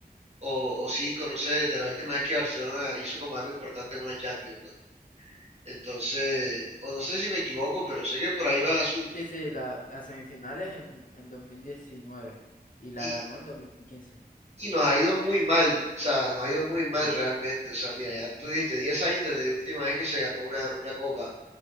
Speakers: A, on the right (about 40°); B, on the left (about 55°).
A: o, o cinco, no sé, desde la última vez que Barcelona hizo como algo importante en una Champions, ¿no? Entonces, o no sé si me equivoco, pero sé que por ahí va el asunto.
B: sí, sí, la, las semifinales en, en 2019 y la
A: Y,
B: ganó en 2015.
A: y nos ha ido muy mal, o sea, nos ha ido muy mal
B: Sí.
A: realmente. O sea, mira, ya tú dijiste 10 años desde la última vez que se ganó una, una copa.